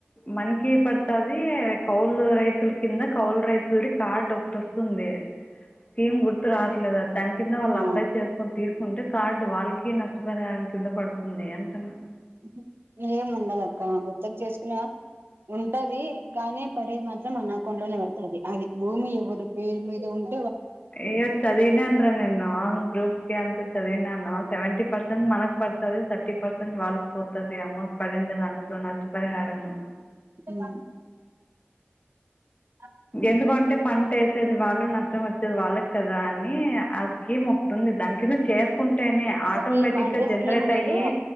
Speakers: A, on the left; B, on the right.
A: మనకి పడుతది కౌలు రైతుల కింద కౌలు రై విడి కార్డు ఒకటి వస్తుంది స్కీమ్ గుర్తు రావట్లేదు అది దాని కింద వాళ్ళు
B: ఆ
A: అప్లై చేసుకొని తీసుకుంటే కార్డు వాళ్ళకి కి నష్టపడడానికి కింద పడుతుంది అంటున్న
B: ఉహు ఎం ఉండదక్క గుత్తకు చేసుకున్నవ ఉంటది కానీ పడేది మాత్రం మన అకౌంట్లోనే పడుతది అది భూమి ఎవరి పేరు మీద ఉన్న
A: ఏ చదినానురా నేన్ను గ్రూప్కి అంత చదివినను సెవెంటీ పర్సెంట్ మనకు పడుతది థర్టీ పర్సెంట్ వాళ్ళకు పోతది అమౌంట్ పడింది దాంట్లో నష్టపరిహారము
B: ఏమండి అ
A: ఎందుకంటే పంట వేసేది వాళ్ళు నష్టం వచ్చేది వాళ్ళకి కదా అని స్కీం ఒకటుంది దాని కింద చేసుకుంటేనే ఆటోమేటిక్గా
B: స్కీమ్ అంటే
A: జనరేట్
B: స్కీమ్ లేదు
A: అయ్యి